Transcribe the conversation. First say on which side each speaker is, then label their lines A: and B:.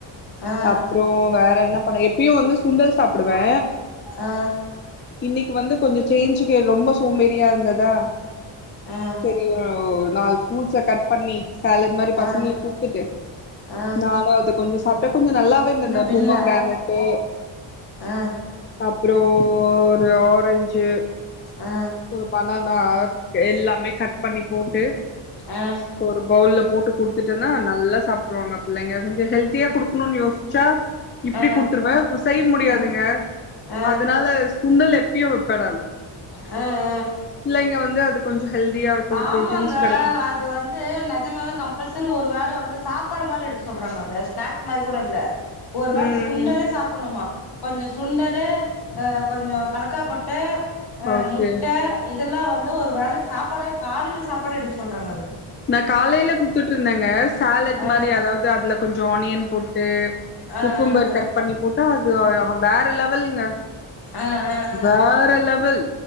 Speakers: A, on the left; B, on the left.
A: ஆ
B: அப்புறோ வேற என்ன பண்ண எப்பயு வந்து சுண்டல் சாப்பிடுவே
A: ஆ
B: இன்னிக்கு வந்து கொஞ்சோ சேஞ்சுக்கு ரொம்ப சோம்பேறியா இருந்ததா
A: ஆ
B: செரி ஒ நாலு ஃப்ரூட்ஸ கட் பண்ணி சேலட் மாரி
A: ஆ
B: பசங்களுக்கு குடுத்துட்டு
A: ஆ
B: நானு அது கொஞ்சோ ஸ் சாப்ட்டே கொஞ்சோ நல்லாவேருந்தது
A: என்ன
B: இந்த
A: பில்லா
B: பொமகிரானட்டு
A: ஆ
B: அப்றோ ஒரு ஆரஞ்சு
A: ஆ
B: ஒரு பனானாக் எல்லாமே கட் பண்ணி போட்டு
A: அ
B: ஒரு பவுல்ல போட்டு குடுத்துட்டன்னா நல்லா சாப்ட்றுவாங்க பிள்ளைங்க கொஞ்சோ ஹெல்த்தியா குடுக்கணுனு யோசிச்சா இப்டி
A: ஆ
B: குடுத்துருவ பஸ் செய்ய முடியாதுங்க
A: ஆ ஆ
B: அதனால சுண்டல் எப்பயு வெப்ப நானு
A: ஆ
B: பிள்ளைங்க வந்து அது கொஞ்சோ ஹெல்தியாருக்கு
A: ஆமாங்க
B: பு்ரோட்டீன்ஸ் கெடைக்கு
A: அது வந்து நெஜமாவே கம்பல்சரி ஒரு வேல வந்து சாப்பாடு மாரி எடுக்க சொல்றாங்க அத ஸ்னாக்ஸ் மாரி கூட இல்ல ஒருவேள
B: ம்
A: சுண்டலே சாப்பிட்ணுமா கொஞ்சோ சுண்டலு ஆ கொஞ்சோ கலக்கா கொட்ட ஆ
B: ஓகே
A: முட்ட இதெல்லா வந்து ஒருவேளைக்கு சாப்பாடவே காலேல சாப்பாடு எடுக்க சொல்றாங்க அத
B: நா காலேல குடுத்துட்ருந்தேங்க சாலட்
A: அ
B: மாரி அதாவது அதுல கொஞ்சோ ஆனியன் போட்டு
A: அ
B: குக்கும்பர்
A: அ
B: கட்
A: அ
B: பண்ணி போட்டா அது <unintelligible> வேற லெவலுங்க
A: ஆ ஆ ஆ
B: வேற லெவல்